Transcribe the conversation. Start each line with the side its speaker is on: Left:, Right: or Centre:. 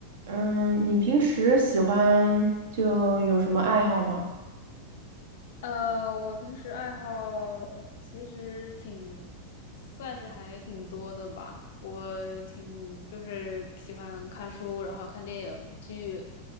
Right: 嗯，你平时喜欢就有什么爱好吗？
Left: 呃，我平时爱好其实挺，算是还挺多的吧。我挺就是喜欢看书，然后看电影剧，